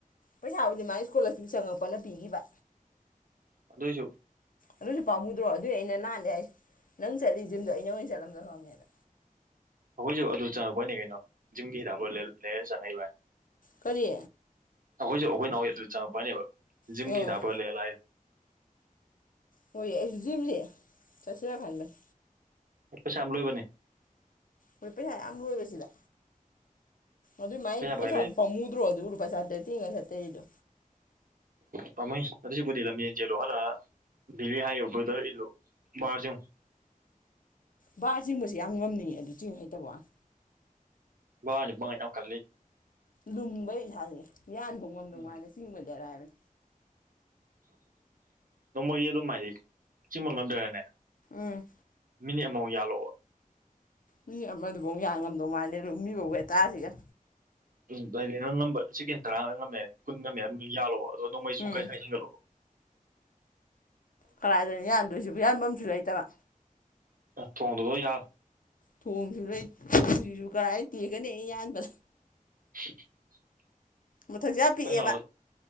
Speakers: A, on the left (about 70°); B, on the right (about 70°).
A: ꯄꯩꯁꯥꯕꯨꯗꯤ ꯃꯥꯒꯤ ꯏꯁꯀꯣꯂꯔꯁꯤꯞ ꯆꯪꯉꯛꯄꯅ ꯄꯤꯈꯤꯕ
B: ꯑꯗꯨꯏꯁꯨ
A: ꯑꯗꯨꯁꯨ ꯄꯥꯃꯨꯗ꯭ꯔꯣ ꯑꯗꯨꯏ ꯑꯩꯅ ꯍꯜꯂꯦ ꯍꯥꯏꯁꯦ ꯅꯪ ꯆꯠꯂꯤ ꯖꯤꯝꯗꯣ ꯑꯩꯅ ꯑꯣꯏꯅ ꯆꯠꯂꯝꯗꯕꯃꯦꯅ
B: ꯑꯩꯈꯣꯏꯁꯨ ꯑꯗꯨ ꯆꯪꯉꯛꯄꯩꯅꯤ ꯀꯩꯅꯣ ꯖꯤꯝꯒꯤ ꯍꯤꯗꯥꯛ ꯂꯩꯔ ꯆꯪꯉꯛꯏꯚꯥꯏ
A: ꯀꯔꯤ
B: ꯑꯩꯈꯣꯏꯁꯨ ꯑꯩꯈꯣꯏ ꯅꯥꯎꯒꯤ ꯑꯗꯨ ꯆꯪꯉꯛꯄꯩꯅꯦꯕ ꯖꯤꯝꯒꯤ
A: ꯎꯝ
B: ꯍꯤꯗꯥꯛꯄ ꯂꯩꯔ ꯂꯥꯏ
A: ꯍꯣꯏ ꯑꯩꯁꯨ ꯖꯤꯝꯂꯤ ꯆꯠꯁꯤꯔꯥ ꯈꯟꯕꯅꯦ
B: ꯄꯩꯁꯥ ꯌꯥꯝ ꯂꯣꯏꯕꯅꯦ
A: ꯍꯣꯏ ꯄꯩꯁ ꯌꯥꯝꯨ ꯂ‌ꯣꯏꯕꯔꯥꯁꯤꯗ ꯑꯗꯨꯏ ꯃꯥꯏ
B: ꯄꯩꯁꯥ
A: ꯄꯩꯁꯥꯗꯨꯣ
B: ꯄꯥꯏ ꯂꯩ
A: ꯐꯝꯃꯨꯗ꯭ꯔꯣ ꯑꯗꯨꯔꯕꯨ ꯂꯨꯄꯥ ꯆꯥꯇꯔ꯭‌ꯦꯠꯗ ꯇꯤꯡꯉ ꯆꯠꯇꯩꯗꯣ
B: ꯄꯥꯝꯃꯨꯏ ꯑꯗꯨꯏꯁꯔꯨꯛ ꯄꯨꯗꯤ ꯂꯝꯖꯦꯜ ꯆꯦꯜꯂꯣ ꯍꯥꯜꯂꯛ ꯑꯒꯥ ꯕꯤꯜꯂꯤ ꯍꯥꯏꯌꯨ ꯕꯔꯗꯔ ꯏꯜꯂꯨ ꯕꯥꯔ ꯆꯤꯡꯉꯨ
A: ꯕꯥꯔ ꯆꯤꯡꯕꯁꯦ ꯌꯥꯝ ꯉꯝꯅꯤꯡꯉꯦ, ꯑꯗꯨ ꯆꯤꯡ ꯍꯩꯇꯕꯩ ꯋꯥꯅꯦ
B: ꯕꯥꯔꯅꯤ ꯄꯥꯡꯒꯥꯜ ꯌꯥꯝ ꯀꯜꯂꯤ
A: ꯂꯨꯝꯕꯩ ꯏꯁꯥꯁꯦ ꯌꯥꯟꯕꯧ ꯉꯝꯗꯧ
B: ꯎꯝ
A: ꯃꯥꯜꯂꯦ ꯆꯤꯡꯕꯗꯤ ꯑꯔꯥꯏ ꯕꯅ‌ꯦ
B: ꯅꯣꯡꯃꯒꯤ ꯑꯗꯨꯝ ꯍꯥꯏꯗꯤ ꯆꯤꯡꯕ ꯉꯝꯗ꯭ꯔꯅꯦ
A: ꯎꯝ
B: ꯃꯤꯅꯤꯠ ꯑꯃꯃꯨꯛ ꯌꯥꯜꯂꯛꯑꯣꯕ
A: ꯃꯤ ꯑꯃꯗꯨꯐꯥꯎ ꯌꯥꯟꯉꯝꯗꯧ ꯃꯥꯜꯗ‌ꯦ ꯑꯗꯨ ꯃꯤ ꯋꯦꯠꯇꯥꯥꯔꯁꯤꯒ
B: ꯎꯝ ꯅꯪꯝꯕ ꯁꯦꯀꯦꯟ ꯇꯔꯥ ꯉꯝꯃꯦ ꯀꯨꯟ ꯉꯝꯃꯦ ꯑꯗꯨꯝ ꯌꯥꯜꯂꯣꯕ ꯅꯣꯡꯃꯩ
A: ꯎꯝ
B: ꯁꯨꯡꯈꯥꯏ ꯍ ꯍꯤꯡꯒꯠꯂ‌ꯣꯕ
A: ꯀꯗꯥꯥꯏꯗꯅ ꯌꯥꯟꯗꯣꯏꯁꯤꯕꯨ ꯌꯥꯟꯐꯝꯁꯨ ꯂꯩꯇꯕ
B: ꯊꯣꯡꯗꯗꯣ ꯌꯥꯎ
A: ꯊꯣꯡꯁꯨ ꯂꯩ <inaudible> ꯊꯣꯡꯁꯤꯁꯨ ꯀꯔꯥꯏ ꯇꯦꯒꯅꯤ ꯑꯩ ꯌꯥꯟꯕꯗ
B: <inaudible>
A: ꯃꯊꯛꯁ‌ꯦ ꯌꯥꯝ ꯄꯤꯛꯑꯦꯕ
B: ꯅꯣꯏ ꯅꯥꯎ